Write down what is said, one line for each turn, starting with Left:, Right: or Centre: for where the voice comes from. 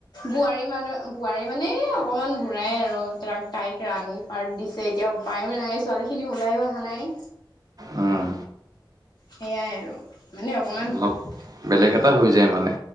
Left: বোৱাৰী মানুহ বোৱাৰী মানে অকণমান বুঢ়াই আৰু তাক তাইক ৰানী পাৰ্ট দিছে এতিয়া উপায়ো নাই ছোৱালী খিনি ওলাইয়ো অহা নাই।
Right: উম
Left: সেয়াই আৰু মানে অকমান
Right: অলপ বেলেগ
Left: তেনেকুৱা
Right: এটা হৈ যায় মানে।